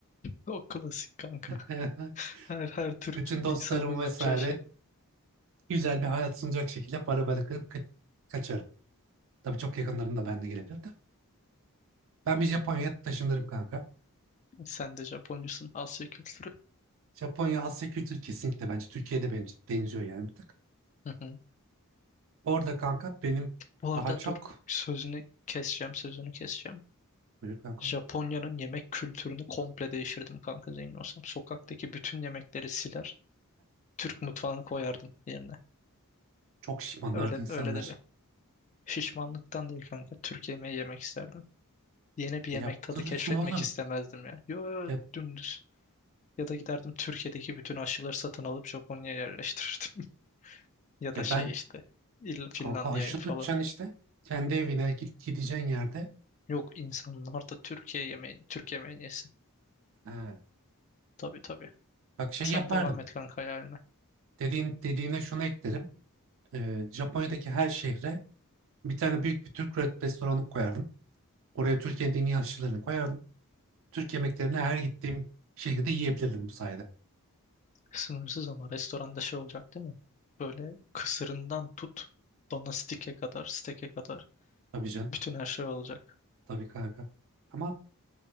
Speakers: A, on the left; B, on the right.
A: O klasik kanka.
B: <laughs>
A: <laughs> Her her Türk
B: Bütün dostlarım
A: insanının
B: vesaire
A: yapacağı şey.
B: güzel bir hayat sunacak şekilde para bırakıp ka- kaçarım. Tabii çok yakınlarında ben de gelebilir de. Ben bir Japonya'ya taşınırım kanka.
A: Sen de Japoncusun. Asya kültürü.
B: Japonya Asya kültürü kesinlikle bence Türkiye'de bence benziyor yani bir tık.
A: Hı hı.
B: Orada kanka benim
A: Bu
B: daha
A: arada
B: çok
A: dur sözünü keseceğim, sözünü keseceğim.
B: buyur kanka
A: Japonya'nın yemek kültürünü komple değiştirdim kanka zengin olsam. Sokaktaki bütün yemekleri siler. Türk mutfağını koyardım yerine.
B: çok şişmanlardı
A: Öyle
B: insanlar.
A: öyle de bir. Şişmanlıktan değil kanka. Türk yemeği yemek isterdim. Yeni bir
B: Yaptırırsın
A: yemek tadı keşfetmek
B: oğlum.
A: istemezdim ya. Yo yo
B: Ya,
A: dümdüz. Ya da giderdim Türkiye'deki bütün aşıları satın alıp Japonya'ya yerleştirirdim. <laughs> Ya
B: ya
A: da şey
B: ben
A: işte İl- Finlandiya'ya
B: kanka haşlı tutacaksın
A: falan.
B: işte. Kendi evine git gideceğin yerde.
A: Yok insanlar da Türkiye yemeği, Türk yemeğini yesin.
B: Ha,
A: Tabii tabii.
B: bak şey
A: Sen
B: yapardım.
A: devam et kanka hayaline.
B: Dediğin, dediğine şunu eklerim. Ee, Japonya'daki her şehre bir tane büyük bir Türk re- restoranı koyardım. Oraya Türkiye'nin en iyi aşçılarını koyardım. Türk yemeklerini her
A: Hı.
B: gittiğim şehirde yiyebilirdim bu sayede.
A: Sınırsız ama restoranda şey olacak değil mi? Böyle kısırından tut bana stike kadar, steke kadar
B: Tabii can.
A: bütün her şey olacak.
B: Tabii kanka. Ama